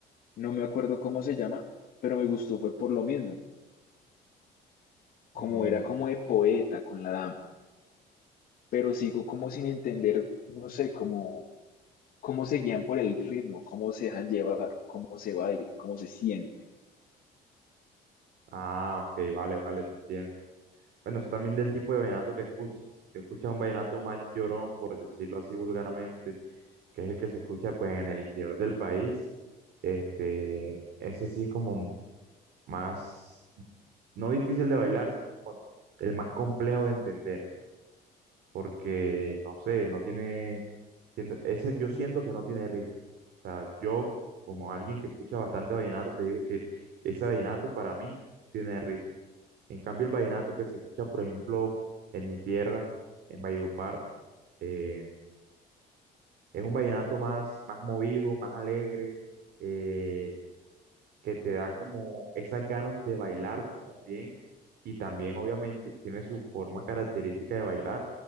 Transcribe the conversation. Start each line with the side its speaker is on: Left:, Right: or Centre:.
Left: no me acuerdo cómo se llama, pero me gustó fue por lo mismo, como
Right: Mm,
Left: era como de poeta con la dama, pero sigo como sin entender, no sé, cómo cómo se guían por el ritmo, cómo se dejan llevar, cómo se baila, cómo se siente.
Right: ah, ok, vale, vale, te entiendo. Bueno, eso también del tipo de vallenato que escuches. Si te escuchas un vallenato más llorón, por decirlo así vulgarmente que es el que se escucha pues en el interior del país. Este, ese sí es como más, no difícil de bailar, sino bueno, el más complejo de entender, porque no sé, no tiene, siento- ese yo siento que no tiene ritmo. O sea, yo como alguien que escucha bastante vallenato, te digo que ese vallenato para mí tiene ritmo. En cambio, el vallenato que se escucha, por ejemplo, en mi tierra, en Valledupar, eh, es un vallenato más, más movido, más alegre. eh, que te da como esas ganas de bailarlo también y también obviamente tiene su forma característica de bailar,